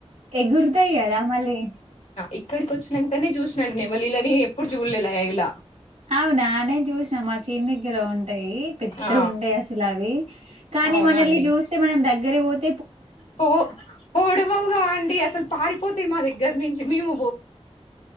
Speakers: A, on the right; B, on the left.
A: ఎగురుతాయి కదా మళ్ళీ
B: ఎక్కడికి వచ్చినాం అనే చూసాండినుల్లని పడుచుకులే ఇలా
A: అవునానేం చూసినా మా చిని దగ్గర ఉండి ఉంటాయి పెద్ద
B: ఆ
A: ఉంటాయి అసలు అవి కానీ
B: అవునా
A: మనలీ
B: అండి
A: జూస్తే మనం దగ్గి గాని పో
B: పో పోడవవుగా అండి అసలు పారిపోతాయి మా దగ్గర నుంచి చి మీము